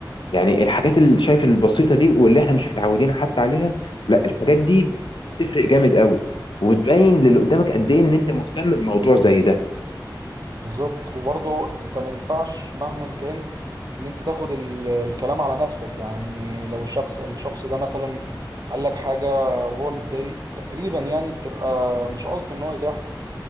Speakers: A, on the left; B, on the right.
A: يعني الحاجات اللي شايف البسيطه دي واللي احنا مش متعودين حتى عليها لا الحاجات دي بتفرق جامد قوي وبتبين للي قدامك قد ايه ان انت مهتم بموضوع زي ده
B: بالظبط وبرضه انت ما ينفعش مهما كان ان انت تاخد ال- الكلام على نفسك يعني لو الشخص الشخص ده مثلا قال لك حاجة وهو متضايق تقريبا يعني بتبقى مش قصده ان هو يجرح